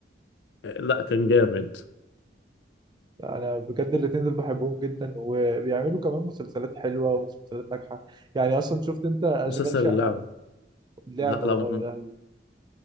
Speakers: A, on the left; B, on the right.
A: لا كان جامد
B: أنا بجد الاتنين دول بحبهم جدا وبيعملوا كمان مسلسلات حلوة ومسلسلات ناجحة يعني أصلا شفت أنت أشغال
A: مسلسل
B: شقة
A: اللعبه
B: اللعبة
A: لا لا
B: أه
A: م-
B: يا لهوي